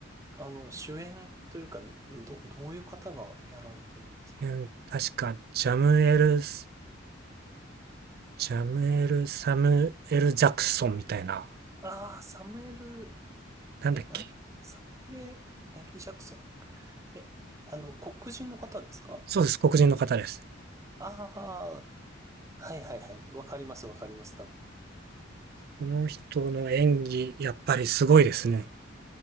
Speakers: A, on the right; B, on the right.
A: あの、主演というか、ど、どういう方がやられてるんですか
B: 周辺確か、ジャムエルス、ジャムエル・サムエル・ジャクソンみたいな、
A: ああー、サムエル・
B: なんだっけ。
A: え、あ、サムエル L. ジャクソンえ、あの、黒人の方ですか
B: そうです、黒人の方です。
A: ああー、はいはいはい。わかりますわかります。多分
B: この人の演技、やっぱりすごいですね。